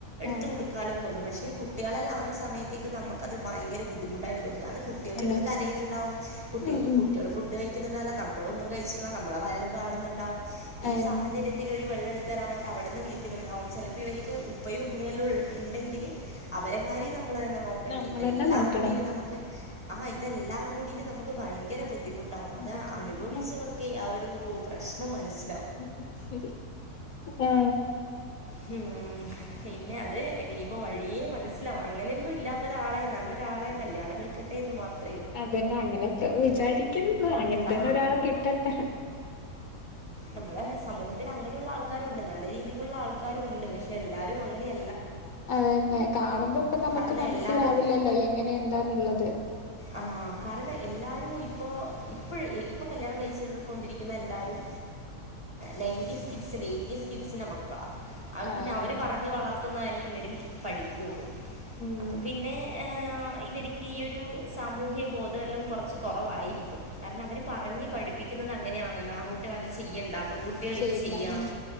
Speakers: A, on the left; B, in the centre.
A: ആഹ്
B: എടുത്ത് കൊടുക്കോലോ തോന്നും പക്ഷേ കുട്ടികളല്ലാവുന്ന സമയത്തേക്ക് നമുക്ക് അത് ഭയങ്കര ബുദ്ധിമുട്ടായി തോന്നും. കാരണം കുട്ടികൾ
A: അന്നെ
B: ഇവിടുന്ന് കരയുന്നുണ്ടാവും കുട്ടികൾക്
A: ഉം ഉം
B: കുട്ടികൾ ഫുഡ് കഴി <unintelligible> നമ്മളോന്നും കഴിച്ചില്ല നമ്മളെ വയർ കാണുന്നുണ്ടകും
A: അയന്നെ
B: ഈ സാഹചര്യത്തിൽ ഒരു വെള്ളടു തരാൻ വേണ്ടി അവിടെന്ന് വിളിക്കുന്നുണ്ടാവും ചിലപ്പോ ഇവർക്ക് ഉപ്പയും ഉമ്മല്ലാം ഉണ്ടെങ്കിൽ അവരെ കാര്യം നമ്മൾ തന്നെ നോക്കണ്ട്
A: നമ്മളന്നെ
B: ഇതെല്ലാം
A: നോക്കണം
B: കൂടിട്ട് നമുക്ക് ആ ഇതെല്ലാം കൂടി നമുക്ക് ഭയങ്കര ബുദ്ധിമുട്ടാവും അത്
A: ബുദ്ധിമുട്ടാണ്
B: അനുഭവിച്ചവർക്കെ ആ ഒരു ഒരു പ്രശ്നം മനസ്
A: ഉ ശരി ആ
B: ഹം പിന്നെ അത് ഇനിയിപ്പോ വഴിയേ മനസ്സിലാവും അങ്ങനെയൊന്നും ഇല്ലാത്തൊരാളെ നല്ലൊരാളെ കല്യാണം കഴിക്കട്ടെ എന്ന് മാത്രം
A: അ പിന്നെ അങ്ങനെ <unintelligible> വിചാരിക്കുന്നു അങ്ങനെ തന്നെ
B: ആ
A: ഒരാളെ കിട്ടട്ടെ.
B: നമ്മളുടെ സമൂഹത്തിൽ അങ്ങനെയുള്ള ആൾക്കാരുണ്ട് നല്ല രീതിക്കുള്ള ആൾക്കാരു ഉണ്ട് പക്ഷെ എല്ലാരും അങ്ങനെയ
A: അതന്നെ കാണുമ്പോ ഇപ്പ നമുക്ക്
B: കാരണം
A: മനസ്സിലാവില്ലല്ലോ
B: എല്ലാവരും
A: എങ്ങനെ എന്താന്നുള്ളത്.
B: ആ കാരണം എല്ലാരും ഇപ്പൊ ഇപ്പോഴ ഇപ്പൊ കല്യാണം കഴിച്ച കൊണ്ടിരിക്കുന്ന എല്ലാരും നയനടീസ് കിഡ്സ്‌ ൽ എയ്റ്റീസ്‌ കിഡ്സ്ന്റെ മക്കളാ. ആ
A: ആഹ്
B: പിന്നെ അവര്
A: ആണ്
B: പറഞ്ഞ് വളർത്തുന്നതല്ലേ ഇവരും പഠിക്കുള്ളു
A: ഉം
B: അപ്പൊ പിന്നെ ഇവർക്ക് ഈ ഒരു സാമൂഹ്യ ബോധമെല്ലാം കുറച്ച് കുറവായിരിക്കും. കാരണം അവർ പറഞ്ഞ് പഠിപ്പിക്കുന്നത് അങ്ങനെയാണല്ലോ ആകുട്ട അത് ചെയ്യണ്ട. പെൺകുട്ടികൾ
A: ചെയ്യണ്ട
B: ഇത് ചെയ്യണം.
A: ഉം